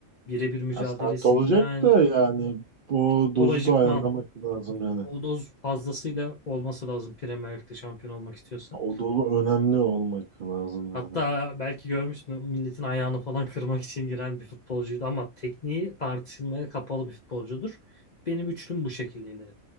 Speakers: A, on the left; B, on the right.
A: Birebir mücadelesinden
B: ya sert olacak da yani bu
A: psikolojikman
B: dozu da ayarlamak lazım yani.
A: o doz fazlasıyla olması lazım Premier Lig'de şampiyon olmak istiyorsa.
B: O dozu önemli olmak lazım
A: Hatta
B: yani.
A: belki görmüşsün milletin ayağını falan <laughs> kırmak için giren bir futbolcuydu ama tekniği tartışılmaya kapalı bir futbolcudur. Benim üçlüm bu şekildeydi.